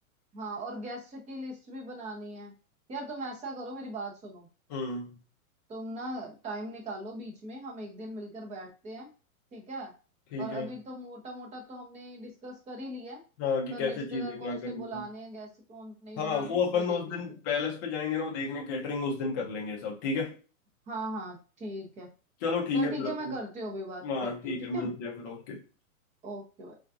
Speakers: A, on the right (about 15°); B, on the left (about 15°).
A: हाँ और गेस्ट की लिस्ट भी बनानी है यार तुम ऐसा करो मेरी बात सुनो
B: हम्म
A: तुम ना टाइम निकालो बीच में हम एक दिन मिलकर बैठते हैं ठीक है
B: ठीक
A: और अभी
B: है
A: तो मोटा मोटा तो हमने डिस्कस कर ही लिया है
B: हाँ कि
A: पर
B: कैसे
A: रिश्तेदार
B: चीज है क्या
A: कौन
B: करनी
A: से बुलाने
B: है
A: हैं गेस्ट कौन नहीं
B: हाँ
A: बनाने
B: वो अपन
A: वो
B: उस
A: देख लेते
B: दिन
A: हैं
B: पैलेस पे जाएंगे ना वो देखने कैटरिंग उस दिन कर लेंगे सब ठीक है
A: हाँ हाँ ठीक है
B: चलो ठीक
A: चल
B: है
A: ठीक
B: फिर
A: है
B: अपन
A: मैं करती हूँ अभी बात
B: हाँ
A: करती
B: ठीक
A: हूँ ठीक
B: है
A: है
B: मिलते हैं फिर ओके
A: ओके